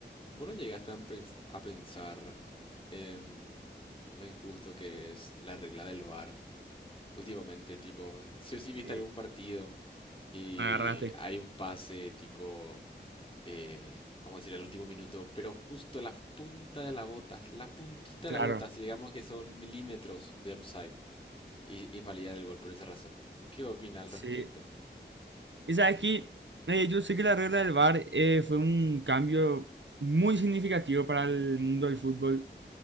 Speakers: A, on the left; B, on the right.
A: ¿Vos no llegaste a pens- a pensar en lo injusto que es la regla del VAR últimamente? Tipo, si o si viste
B: Sí,
A: algún partido y
B: me agarraste.
A: hay un pase tipo, eh, vamos a decir, al último minuto, pero justo la punta de la bota, la puntita
B: Claro.
A: de la bota, si digamos que son milímetros de upside, y invalidar el gol por esa razón. ¿Qué opina al
B: Sí.
A: respecto?
B: Y sabes que eh, yo sé que la regla del VAR eh, fue un cambio muy significativo para el mundo del fútbol,